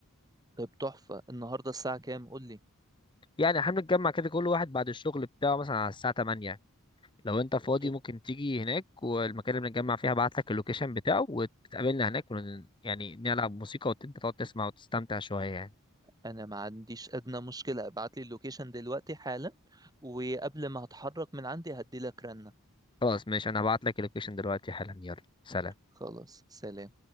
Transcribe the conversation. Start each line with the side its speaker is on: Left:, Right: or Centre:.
Right: طيب تحفة النهاردة الساعة كام قول لي
Left: يعني احنا بنتجمع كده كل واحد بعد الشغل بتاعه مثلا على الساعه 8 لو انت فاضي
Right: طيب
Left: ممكن تيجي هناك والمكان اللي بنتجمع فيه هبعت لك اللوكيشن بتاعه وتقابلنا هناك ون... يعني نلعب موسيقى وانت تقعد تسمع وتستمتع شوية يعني
Right: أنا ما عنديش أدنى مشكلة ابعت لي اللوكيشن دلوقتي حالا وقبل ما هتحرك من عندي هدي لك رنة
Left: خلاص ماشي انا هبعت لك اللوكيشن دلوقتي حالا يلا سلام
Right: خلاص سلام